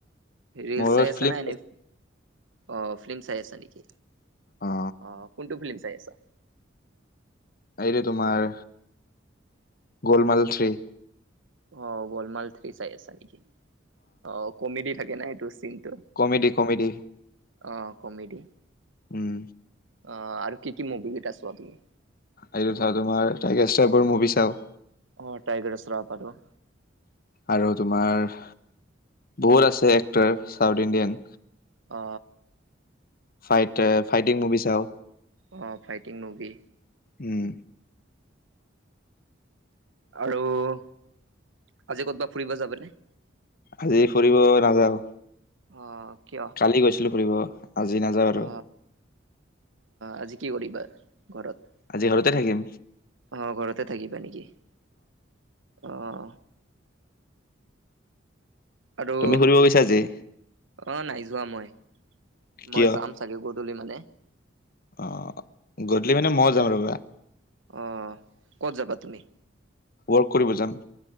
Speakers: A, on the right (about 80°); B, on the left (about 50°).
A: ৰিল
B: মোবাইলত
A: চাই আছা
B: ফিল্ম
A: নে, অ ফিল্ম চাই আছা নেকি
B: অ
A: আহ কোনটো ফিল্ম চাই আছা।
B: এইটো তোমাৰ গলমাল থ্ৰী,
A: অ গলমাল থ্ৰী চাই আছা নেকি অ কমেদি থাকে ন সেইটো চিনটো।
B: Comedy comedy.
A: অ কমেডি।
B: উম,
A: অ আৰু কি কি মুভি কেইটা চোৱা তুমি,
B: এইটো তোমাৰটো <unintelligible> মুভি চাও,
A: অ টাইগাৰছ ৰাপ আৰু
B: আৰু তোমাৰ বহুত আছে এক্টাৰ চাউথ ইণ্ডিয়ান।
A: অ,
B: ফাইট ফাইটিং মুভি চওঁ,
A: অ ফাইটিং মভি
B: উম
A: আৰু আজি ক'তবা ফুৰিব যাবা নে
B: আজি ফুৰিব নাযাও
A: অ কিয়
B: কালি গৈছিলো ফুৰিব আজি নাযাওঁ আৰু
A: অ আজি কি কৰিবা ঘৰত
B: আজি ঘৰতে থাকিম
A: অ ঘৰতে থাকিবা নেকি অহ আৰু
B: তুমি ফুৰিব গৈছা আজি
A: অ নাই যোৱা মই
B: কিয়
A: মই যাম চাগে গধূলি মানে
B: অ গধূলি মানে ময়ো যাম
A: এ
B: ৰবা
A: অ ক'ত যাবা তুমি
B: ৱৰ্ক কৰিব যাম